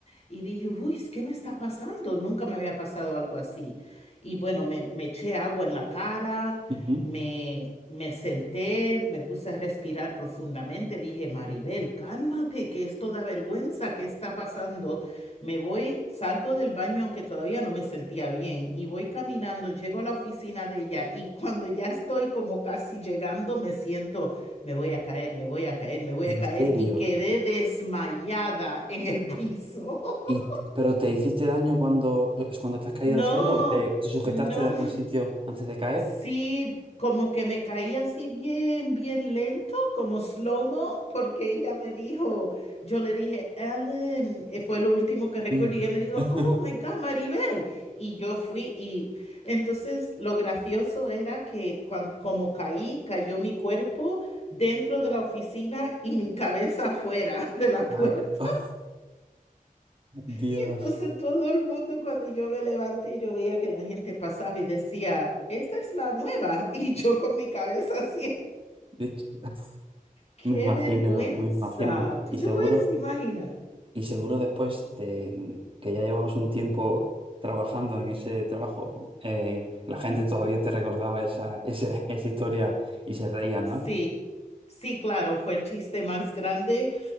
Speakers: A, on the left (about 45°); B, on the right (about 35°).
A: Y dije, uy, ¿qué me está pasando? Nunca me había pasado algo así. Y bueno, me, me eché agua en la cara.
B: Ujú.
A: Me, me senté, me puse a respirar profundamente, dije, Maribel, cálmate, que esto da vergüenza, ¿qué está pasando? Me voy, salgo del baño, aunque todavía no me sentía bien, y voy caminando, llego a la oficina de ella, y cuando ya estoy como casi llegando, me siento, me voy a caer, me voy a caer, me voy
B: ¿En
A: a caer,
B: serio?
A: y quedé desmayada en el piso.
B: ¿Y,
A: <laughs>
B: t- pero te hiciste daño cuando, es cuando te has caído
A: No,
B: al suelo o te, te sujetaste
A: no.
B: de algún sitio antes de caer?
A: Sí, como que me caí así bien, bien lento, como slow-mo, porque ella me dijo, yo le dije, Ellen, eh, fue lo último que recordé,
B: Mm.
A: y ella me dijo,
B: <laughs>
A: oh my God, Maribel. Y yo fui, y entonces lo gracioso era que cuan- como caí, cayó mi cuerpo dentro de la oficina y mi cabeza afuera <laughs> de la puerta.
B: Ay, <laughs> Dios,
A: Y entonces todo el mundo cuando yo me levanté, yo veía que la gente pasaba y decía, esta es la nueva. <laughs> Y yo con mi cabeza así,
B: de hecho, <laughs>
A: qué
B: me imagino,
A: vergüenza.
B: me imagino.
A: ¿Tú
B: Y
A: te
B: seguro.
A: puedes imaginar?
B: Y seguro después de que ya llevabas un tiempo trabajando en ese trabajo, eh, la gente todavía te recordaba esa, esa, <laughs> esa historia y se reían,
A: Sí,
B: ¿no?
A: sí, claro, fue el chiste más grande